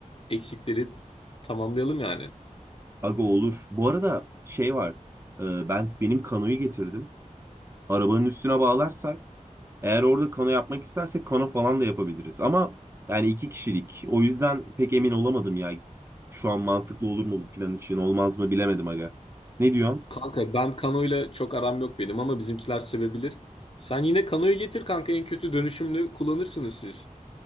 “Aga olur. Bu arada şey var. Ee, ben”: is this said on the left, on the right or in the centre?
Right